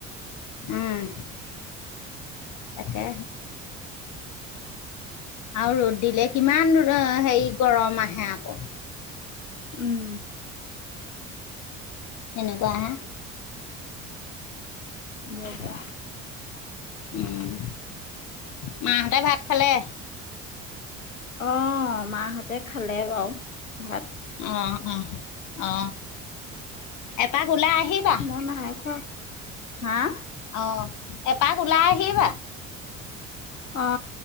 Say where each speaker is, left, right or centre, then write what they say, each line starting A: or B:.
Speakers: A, on the left; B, on the left.
A: উম তাকে আৰু ৰ'দ দিলে কিমান হেৰি গৰম আহে আকৌ
B: উম
A: এনেকুৱা আ
B: বৰ বেয়া
A: উম মাহঁতে ভাত খালে
B: অ মাহঁতে খালে বাও ভাত
A: অ অ অ এপাক ওলাই আহিবা
B: মই নাই খোৱা হা
A: অ এপাক ওলাই আহিবা।
B: অ